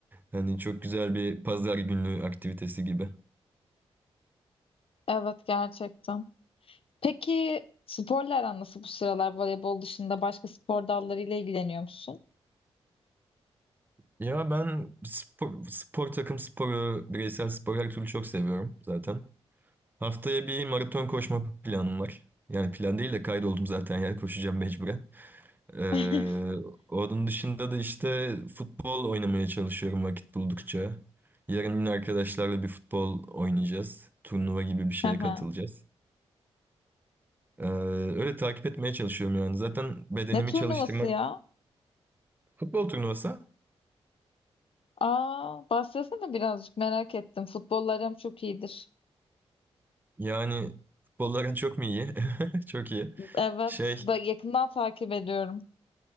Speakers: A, on the right; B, on the left.
A: Yani çok güzel bir pazar günü aktivitesi gibi.
B: Evet gerçekten. Peki sporla aran nasıl bu sıralar voleybol dışında başka spor dallarıyla ilgileniyor musun?
A: Ya ben spor, spor takım sporu, bireysel spor her türlü çok seviyorum zaten. Haftaya bir maraton koşma planım var. Yani plan değil de kaydoldum zaten yani koşacağım mecburen. Ee,
B: <laughs>
A: onun dışında da işte futbol oynamaya çalışıyorum vakit buldukça. Yarın yine arkadaşlarla bir futbol oynayacağız. Turnuva gibi bir şeye
B: Hı hı.
A: katılacağız. Ee, öyle takip etmeye çalışıyorum yani. Zaten bedenimi
B: Ne turnuvası
A: çalıştırmak
B: ya?
A: futbol turnuvası.
B: Aa, bahsetsene birazcık merak ettim. Futbollarım çok iyidir.
A: Yani futbolların çok mu iyi? <laughs> Çok iyi.
B: Evet,
A: Şey
B: da yakından takip ediyorum.